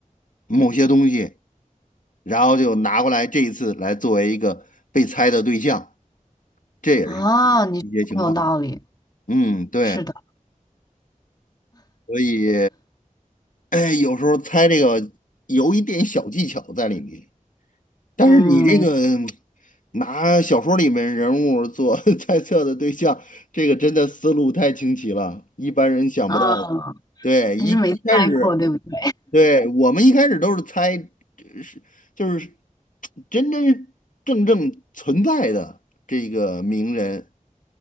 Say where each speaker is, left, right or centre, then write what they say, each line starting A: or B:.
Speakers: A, on the left; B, on the left.
A: 某些东西，然后就拿过来这一次来作为一个被猜的对象，这也是
B: 啊，你说得很有道理，
A: 一些情况。嗯，对，
B: 是的，
A: 所以，哎，有时候猜这个有一点小技巧在里面。但是你这个
B: 嗯，没，
A: 拿小说里面人物做 <laughs> 猜测的对象，这个真的思路太清奇了，一般人想不到的。
B: 啊，
A: 对，一一开始，
B: 还是没猜过，对不对？
A: 对，我们一开始都是猜，呃是就是真真正正存在的这个名人。